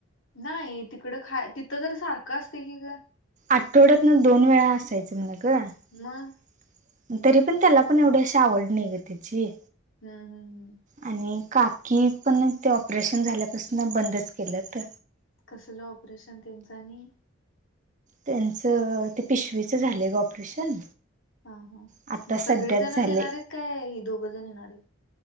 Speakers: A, on the left; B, on the right.
A: नाही तिकडं खा तिथं तर सारखं असते की ग.
B: आठवड्यात ना दोन वेळा असायचं मला ग
A: मग
B: तरी पण त्याला पण एवढी अशी आवड नाही ग त्याची.
A: हम् हम् हम्.
B: आणि काकी पण ते ऑपरेशन झाल्यापासन बंदच केलं त.
A: कसलं ऑपरेशन त्यांचं आणि?
B: त्यांचं ते पिशवीचं झालं ग ऑपरेशन.
A: हा हा
B: आता
A: मग
B: सध्याच
A: सगळीजणच
B: झाले
A: येणारेत का, हे दोघ जण येणारेत?